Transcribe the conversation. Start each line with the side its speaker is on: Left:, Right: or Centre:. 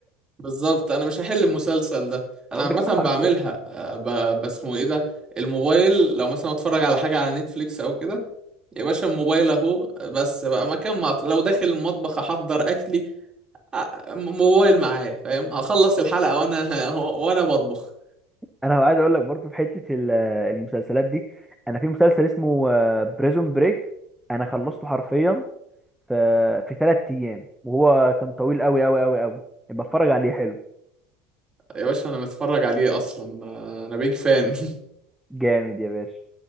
Right: بالظبط انا مش هحل المسلسل ده
Centre: <laughs>
Right: انا عامه
Centre: حرفيا
Right: بعملها آه، ب- بسمه ايه ده الموبايل لو مثلا اتفرج على حاجه على نتفليكس او كده يا باشا الموبايل اهو بس بقى مكان ما أط- لو داخل المطبخ احضر اكلي آه، م- موبايل معايا فاهم هخلص الحلقه وانا <laughs> وانا بطبخ
Centre: انا عايز اقول لك برضه في حته ال- المسلسلات دي انا في مسلسل اسمه بريزون بريك انا خلصته حرفيا في في ثلاث ايام وهو كان طويل قوي قوي قوي قوي بتفرج عليه حلو
Right: يا باشا انا متفرج عليه اصلا انا بيج فان <laughs>
Centre: جامد يا باشا